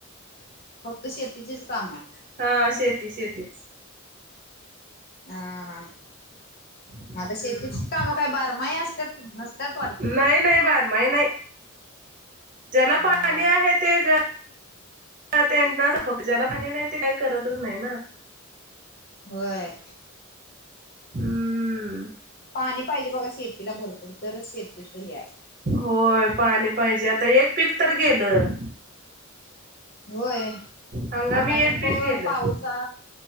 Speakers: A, on the left; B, on the right.
A: फक्त शेतीचेच काम आहे
B: हा शेती शेतीच
A: हा हा
B: हम्म
A: मग आता शेतीची कामं काही बारमाही असतात वाटते
B: नाही
A: की
B: नाही बारमाही नाय. ज्याला पाणी
A: मग
B: आहे ते त्यां त्यांनाच आहे फक्त ज्याला पाणी नाही ते काही करतच नाही ना
A: व्हय.
B: हम्म.
A: पाणी पाहिजे बघा शेतीला भरपूर तरच शेतीच हे आहे.
B: होय पाणी पाहिजे आता एक पीक तर गेलं
A: व्हय
B: हंगामी
A: आता आणि
B: एक
A: पण
B: पीक गेलं
A: पाऊसा